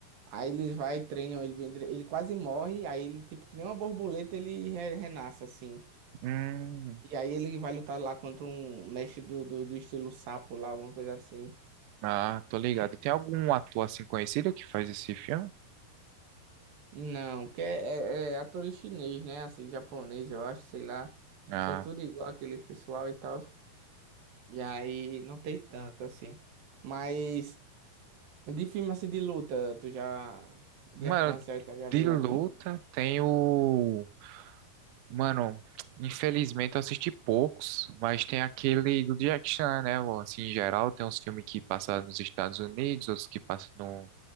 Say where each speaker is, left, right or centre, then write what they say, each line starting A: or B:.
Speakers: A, on the right; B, on the right.
A: Aí eles vai, e treinam ele, bem dire- ele quase morre, aí ele, tipo, que nem uma borboleta, ele re- renasce, assim.
B: Hum.
A: E aí ele vai lutar lá contra um mestre do, do, do estilo sapo lá, alguma coisa assim.
B: Ah, tô ligado. Tem algum ator assim conhecido que faz esse filme?
A: Não, porque é, é, é ator chinês, né? Assim, japonês, eu acho, sei lá.
B: Ah,
A: São tudo igual aqueles pessoal e tal. E aí não tem tanto assim. Mas de filme assim de luta, tu já. De
B: mano,
A: arte marcial, e tal, já viu
B: de luta
A: algum?
B: tem o. Mano, infelizmente eu assisti poucos, mas tem aquele do Jack Chan, né? Bom, Assim, em geral, tem uns filmes que passam nos Estados Unidos, outros que passam no...